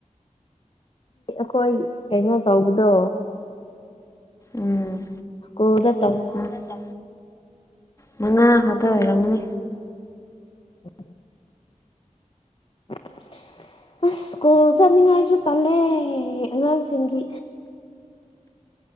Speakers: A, on the left; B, on the left.
A: ꯑꯩꯈꯣꯏ ꯀꯩꯅꯣ ꯇꯧꯕꯗꯣ
B: ꯎꯝ
A: ꯀꯣꯗꯣ ꯇꯃꯣ
B: ꯍꯅ ꯆ ꯃꯉꯥ ꯈꯛꯇ ꯑꯣꯏꯔꯝꯒꯅꯤ
A: ꯑꯣ <inaudible> ꯑ ꯁ꯭ꯀꯨꯜ ꯆꯠꯅꯤꯡꯉꯥꯏꯁꯨ ꯇꯂꯦ ꯑꯉꯥꯡꯁꯤꯡꯒꯤ